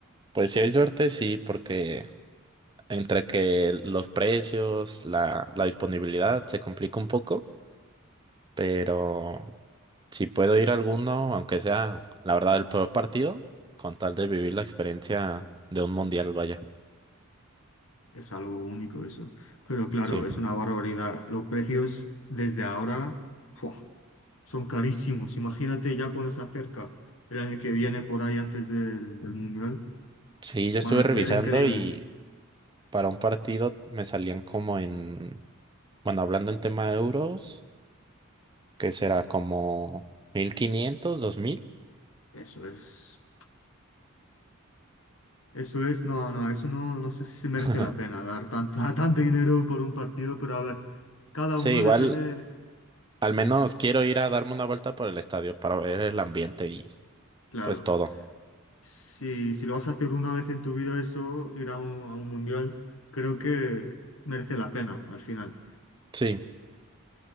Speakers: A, on the right; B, on the left.
A: Pues si hay suerte, sí, porque entre que los precios, la, la
B: Po-
A: disponibilidad se complica un poco, pero Si puedo ir a alguno, aunque sea la verdad el peor partido, con tal de vivir la experiencia de un mundial, vaya.
B: Es algo único eso. Pero claro,
A: Sí.
B: es una barbaridad. Los precios desde ahora, ¡fua! son carísimos. Imagínate ya cuando se acerca el año que viene por ahí antes del, del Mundial,
A: Sí, yo
B: van
A: estuve
B: a
A: revisando
B: ser increíbles.
A: y para un partido me salían como en, bueno, hablando en tema de euros, que será como mil quinientos, dos mil.
B: Eso es. Eso es, no, no, eso no, no sé si se merece
A: <laughs>
B: la pena dar tanto, <laughs> tanto dinero por un partido, pero a ver, cada
A: Sí,
B: uno
A: igual
B: depende,
A: al
B: sí,
A: menos quiero ir a darme una vuelta por el estadio para ver el ambiente y
B: claro.
A: pues todo.
B: Si, si lo vas a hacer una vez en tu vida eso, ir a un, a un mundial, creo que merece la pena al final.
A: Sí.